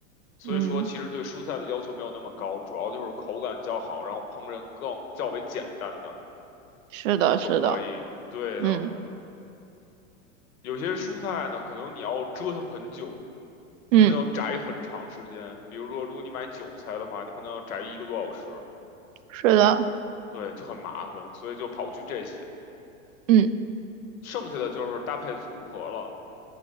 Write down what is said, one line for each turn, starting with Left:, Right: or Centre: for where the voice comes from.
Left: 所以说其实对蔬菜的要求没有那么高，
Right: 嗯，
Left: 主要就是口感较好，然后烹饪更较为简单的
Right: 是的，
Left: 就可以。
Right: 是的，
Left: 对的，
Right: 嗯
Left: 有些蔬菜呢，可能你要折腾很久，你可能要摘很长时间。
Right: 嗯，
Left: 比如说，如果你买韭菜的话，你可能要摘一个多小时。
Right: 是的，
Left: 对，就很麻烦，所以就刨去这些，
Right: 嗯
Left: 剩下的就是搭配组合了。